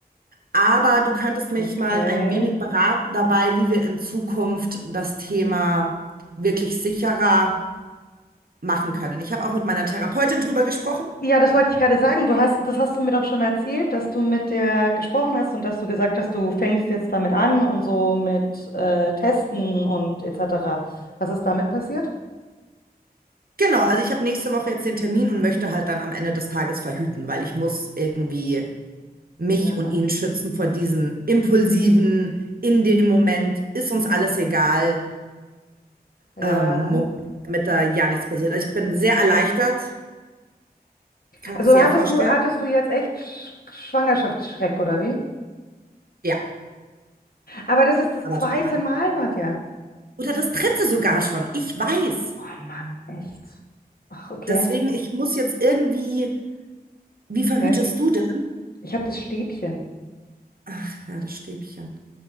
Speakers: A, on the right; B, on the left.
A: Aber du könntest mich
B: Okay.
A: mal ein wenig beraten dabei, wie wir in Zukunft das Thema wirklich sicherer machen können. Ich habe auch mit meiner Therapeutin drüber gesprochen.
B: Ja, das wollte ich gerade sagen. Du hast, das hast du mir doch schon erzählt, dass du mit der gesprochen hast und dass du gesagt hast, du fängst jetzt damit an und so mit äh, Testen und etc. Was ist damit passiert?
A: Genau, also ich habe nächste Woche jetzt den Termin und möchte halt dann am Ende des Tages verhüten, weil ich muss irgendwie mich
B: Ja.
A: und ihn schützen vor diesen impulsiven, in dem Moment ist uns alles egal,
B: Ja.
A: ähm, Moment, damit da ja nichts passiert. Also ich bin sehr erleichtert, kannst
B: Also
A: du dir
B: hattest
A: ja vorstellen.
B: du, hattest du jetzt echt Sch Schwangerschaftsschreck oder wie?
A: Ja,
B: Aber das ist das
A: aber
B: zweite
A: total.
B: Mal, Nadja.
A: Oder das dritte sogar schon, ich weiß.
B: Oh Mann, echt. Ach, okay.
A: Deswegen, ich muss jetzt irgendwie, wie verhütest
B: Okay.
A: du denn?
B: Ich habe das Stäbchen.
A: Ach ja, das Stäbchen.